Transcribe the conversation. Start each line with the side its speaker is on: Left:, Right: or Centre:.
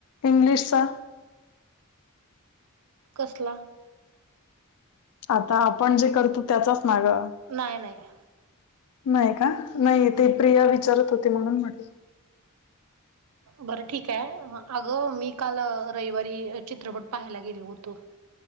Left: इंग्लिशचा.
Right: कसला?
Left: आता आपण जे करतो त्याचाच मागं.
Right: नाही नाही.
Left: नाही का नाही
Right: हम्म.
Left: ते प्रिया विचारत होती म्हणून म्हटलं.
Right: बरं ठीक आहे अगं मी काल रविवारी चित्रपट पाहायला गेलो होतो.